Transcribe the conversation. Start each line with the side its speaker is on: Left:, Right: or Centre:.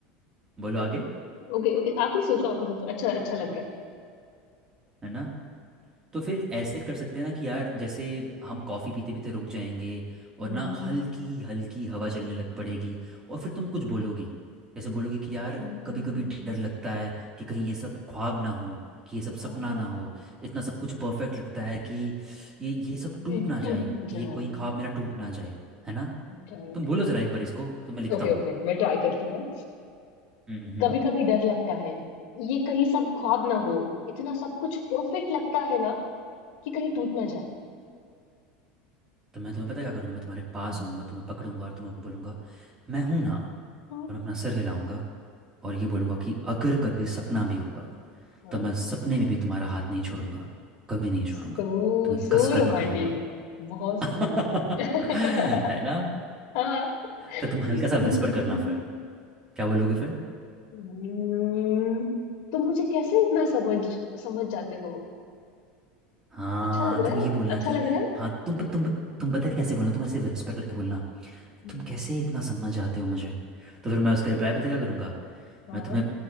Right: बोलो आगे
Left: ओके ओके आप ही सोचो आप ही सोचो अच्छा अच्छा लग रहा है
Right: है ना तो फिर ऐसे कर सकते हैं ना कि यार जैसे हम कॉफ़ी पीते पीते रुक जाएंगे और
Left: हम्म,
Right: ना हल्की हल्की हवा चलने लग पड़ेगी और फिर तुम
Left: हम्म,
Right: कुछ बोलोगी जैसे बोलोगी कि यार
Left: हम्म,
Right: कभी कभी डर लगता है कि कहीं ये सब ख्वाब ना हो कि ये सब सपना
Left: हाँ
Right: ना हो इतना सब कुछ परफेक्ट लगता है कि ये ये सब टूट
Left: ये
Right: ना
Left: टूट
Right: जाए कि
Left: जाए
Right: ये कोई ख्वाब मेरा टूट ना जाए है ना
Left: ट्राई
Right: तुम बोलो ज़रा एक बार इसको तो मैं लिखता
Left: ओके ओके मैं ट्राई करती हूँ
Right: हूँ
Left: कभी कभी डर लगता है ये कहीं सब ख्वाब ना हो इतना सब कुछ परफेक्ट लगता है ना कि कहीं टूट ना जाए
Right: तो मैं तुम्हें पता क्या करूँगा मैं तुम्हारे पास
Left: हम्म,
Right: आऊँगा तुम्हें पकड़ूंगा और तुम्हें बोलूँगा मैं हूँ ना और
Left: हाँ
Right: मैं अपना सर हिलाऊंगा और ये बोलूँगा कि अगर कभी सपना भी हुआ
Left: हाँ
Right: तो मैं सपने में भी तुम्हारा हाथ नहीं छोड़ूंगा कभी नहीं छोड़ूंगा
Left: सो
Right: तुम्हें
Left: सो
Right: कस
Left: रोमांटिक
Right: कर पकड़ लूंगा
Left: बहुत
Right: <laughs>
Left: सही है <laughs>
Right: है ना
Left: हाँ
Right: तो
Left: हम्म,
Right: तुम हल्का सा विस्पर करना फिर क्या बोलोगे फिर
Left: हम्म, तुम मुझे कैसे इतना समझ समझ जाते हो
Right: हाँ
Left: अच्छा लग रहा
Right: तुम ये
Left: है
Right: बोलना
Left: अच्छा
Right: कि
Left: लग रहा है
Right: हाँ तुम तुम तुम पता है कैसे बोलना तुम ऐसे विस्पर करके बोलना
Left: हम्म,
Right: तुम कैसे इतना समझ जाते हो मुझे तो फिर मैं उसका रिप्लाई पता क्या करूँगा
Left: हाँ
Right: मैं तुम्हें